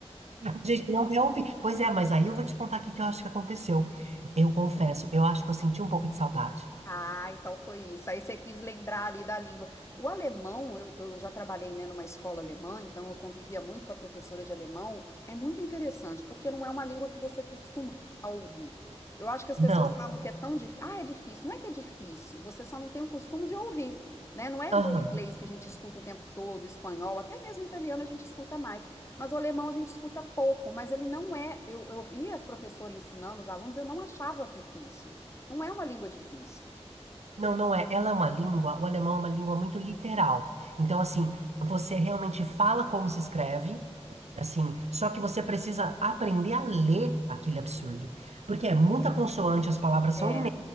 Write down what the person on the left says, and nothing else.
Ah, então foi isso. Aí você quis lembrar ali da língua. O alemão, eu, eu já trabalhei, né, numa escola alemã, então eu convivia muito com a professora de alemão. É muito interessante, porque não é uma língua que você costuma a ouvir. Eu acho que as
pessoas falam que é tão difícil. Ah, é difícil. Não é que é difícil, você só não tem o costume de ouvir, né? Não é
igual o inglês que a gente escuta o tempo todo, o espanhol, até mesmo o italiano a gente escuta mais. Mas o alemão a gente escuta pouco, mas ele não é. Eu, eu via as professoras ensinando os alunos, eu não achava difícil. Não é uma língua difícil.
É,